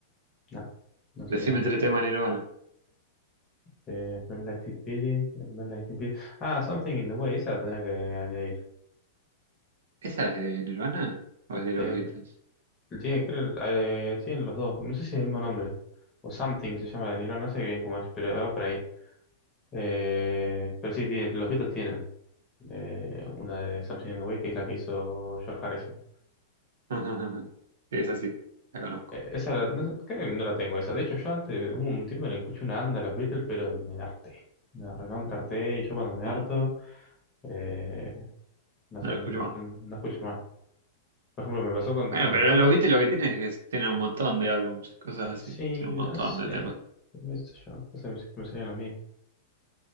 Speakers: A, on the left; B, on the right.
A: No, no soy
B: Decime
A: mucho.
B: tres temas de Nirvana.
A: Eh, Smell Like Teen Spirit, Smell Like Teen Spirit. Ah, Something in the Way, esa la tendrá que añadir.
B: ¿Esa es de Nirvana o es de los
A: Eh,
B: Beatles?
A: tienen, creo, eh, tienen los dos, no sé si es el mismo nombre. O Something se llama la Nirvana, no sé bien cómo es, pero va por ahí. Eh, pero sí, tiene- los Beatles tienen. de una de Something in the Way, que es la que hizo George Harrison.
B: <laughs> Ajá, ajá. Sí, es así, la conozco.
A: Eh, esa la- no sé, creo que no la tengo esa. De hecho, yo antes hubo un tiempo en el que escuché una anda de los Beatles, pero me harté. Me recontra harté y yo cuando me
B: No,
A: harto, eh, no sé,
B: no la
A: no,
B: escucho
A: no-
B: más.
A: no escucho más. Por ejemplo, me pasó con,
B: Bueno,
A: con
B: pero
A: los Ramones.
B: los viste lo que tiene es que tienen un montón de álbumes y cosas
A: Sí,
B: así. tiene un
A: pero
B: montón
A: no sé,
B: de temas. <laughs>
A: qué sé yo, no sé, siempre me salían lo mismo.